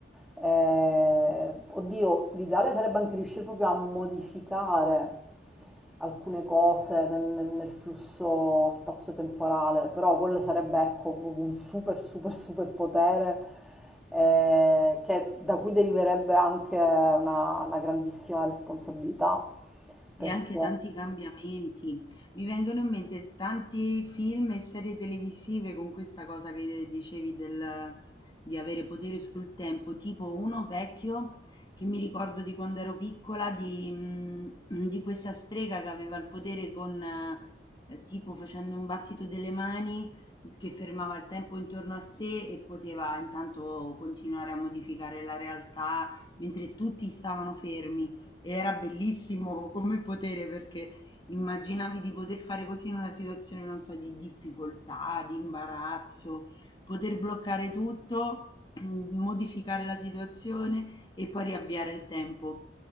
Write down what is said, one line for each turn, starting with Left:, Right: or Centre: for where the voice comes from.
Centre: Eh, oddio, l'ideale sarebbe anche riuscire proprio a modificare alcune cose nel, nel- nel flusso spazio-temporale, però quello sarebbe ecco proprio un super super super potere eh, che, da cui deriverebbe anche una, una grandissima responsabilità,
Left: E
Centre: perché
Left: anche tanti cambiamenti. Mi vengono in mente tanti film e serie televisive con questa cosa che dicevi del, di avere potere sul tempo, tipo uno vecchio che mi ricordo di quando ero piccola, di, mm, di questa strega che aveva il potere con, eh, tipo facendo un battito delle mani, che fermava il tempo intorno a sé e poteva intanto continuare a modificare la realtà mentre tutti stavano fermi e era bellissimo come potere perché immaginavi di poter fare così in una situazione, non so, di difficoltà, di imbarazzo, poter bloccare tutto, mm, modificare la situazione e poi riavviare il tempo.